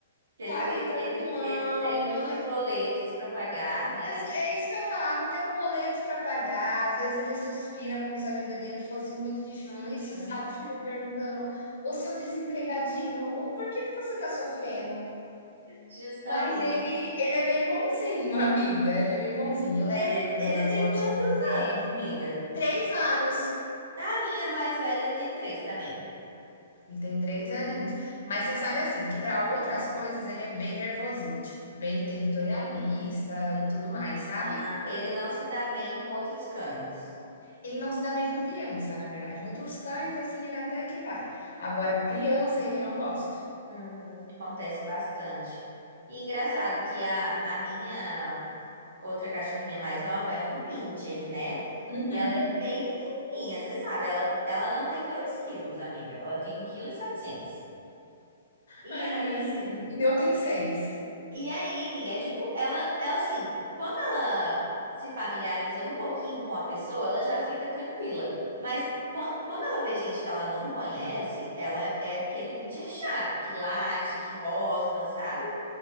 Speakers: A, on the right; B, on the left.
A: que Ele
B: Tá ali,
A: tem,
B: tranquilão.
A: ele, ele tem muitos
B: Não- não-
A: boletos pra pagar, né?
B: mas é isso que eu ia falar, não tem um boleto pra pagar. Às vezes ele suspira como se a vida dele fosse muito difícil,
A: Uhum,
B: sabe? Ficou perguntando, ô seu desempregadinho, o- por que que você tá sofrendo?
A: justamente.
B: Mas ele ele é bem bonzinho, <laughs> amiga, ele é bem bonzinho. Eu levo
A: Ele,
B: ele para
A: ele
B: dar
A: tem
B: as voltinhas
A: quantos
B: dele.
A: anos, amiga?
B: 3 anos,
A: Tá, a minha mais velha tem três também.
B: ele tem 3 aninhos. Mas você sabe, assim, que para outras coisas ele é bem nervosinho, tipo, bem territorialista e tudo mais, sabe.
A: Ah, ele não se dá bem com outros cães.
B: Ele não se dá bem com criança, na verdade. Outros cães, assim, ele até que vai. Agora criança, ele não gosta.
A: Hum, acontece bastante. E engraçado que a, a minha outra cachorrinha mais nova é um pincher, né?
B: Uhum.
A: E ela é bem pequenininha, você sabe. Ela, ela não tem dois quilos, amiga. Ela tem um quilo e setecentos E
B: Ai, que
A: aí,
B: gracinha. O meu tem 6.
A: E aí, Miguel, tipo, ela, ela assim, quando ela se familiariza um pouquinho com a pessoa, ela já fica tranquila. Mas quan- quando ela vê gente que ela não conhece, ela é, é aquele pincher chato, que late, que rosna, sabe?